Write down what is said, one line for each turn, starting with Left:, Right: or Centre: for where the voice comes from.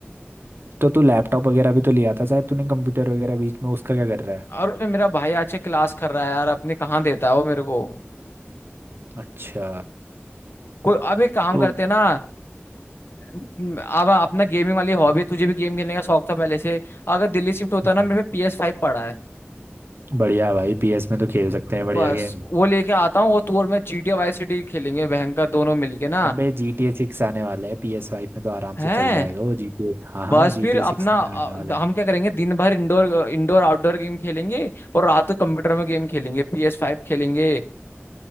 Right: तो तू लैपटॉप वगैरह भी तो लिया था शायद तूने कंप्यूटर वगैरह बीच में उसका क्या कर रहा है
Left: और उसमें मेरा भाई आज से क्लास कर रहा है यार अपने कहाँ देता है वो मेरे को
Right: अच्छा
Left: कोई अब एक काम
Right: तो
Left: करते हैं ना अब अपना गेमिंग वाली हॉबी है तुझे भी गेम खेलने का शौक था पहले से अगर दिल्ली शिफ्ट होता
Right: हम्म,
Left: ना मेरे पे पी एस फाइव पड़ा है
Right: बढ़िया भाई पीएस में तो खेल सकते हैं बढ़िया
Left: बस
Right: गेम
Left: वो लेके आता हूँ और तू और मैं G T A Vice City खेलेंगे बहन का दोनों मिलके ना
Right: अबे जी टी ए सिक्स आने वाला है पी एस फाइव में तो आराम
Left: हैं
Right: से चल जाएगा वो जी टी ए हाँ हाँ
Left: बस
Right: जी
Left: फिर
Right: टी
Left: अपना
Right: ए सिक्स में
Left: अ,
Right: आने वाला है
Left: हम क्या करेंगे दिन भर इंडोर इंडोर आउटडोर गेम खेलेंगे और रात को कंप्यूटर में गेम खेलेंगे पी एस फाइव खेलेंगे